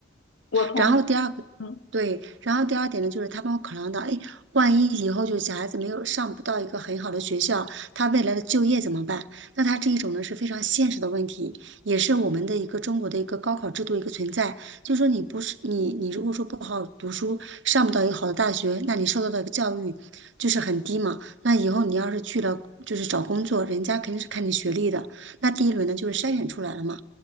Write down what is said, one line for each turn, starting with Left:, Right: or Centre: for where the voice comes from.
Left: 我同。
Right: 然后第二个，
Left: 嗯。
Right: 对，然后第二点呢，就是他们会考量到，哎，万一以后就是小孩子没有上不到一个很好的学校，他未来的就业怎么办？那他这一种呢是非常现实的问题，也是我们的一个中国的一个高考制度一个存在。就是说你不是你你如果说不好读书，上不到一个好的大学，那你受到的教育就是很低嘛。那以后你要是去了就是找工作，人家肯定是看你学历的。那第一轮呢就是筛选出来了嘛。